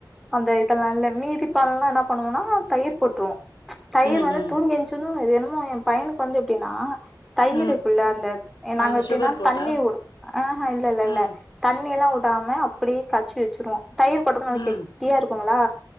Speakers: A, in the centre; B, on the left.
A: அந்த இதல்லா இல்ல மீதிப்பாலா என்ன பண்ணுவோம்னா தயிர் போட்டுருவோம் ச்சு தயிர்
B: ம்
A: வந்து
B: ம்
A: தூங்கிச்சுது இது என்ன மொ என் பையனுக்கு வந்து அப்படின்னா தயிருக்குள்ள
B: ம்
A: அந்த நாங்க
B: அதுல
A: எப்படின்னா
B: சுகர் போட்டா
A: தண்ணி வுடும் ஆஹ் இல்ல இல்ல இல்ல
B: ம்
A: தண் தண்ணிலவுடமா அப்படியே காய்சி வச்சிருவோம் தயிர் கோடம்போது
B: ம்
A: கொட்டியா இருக்குங்களா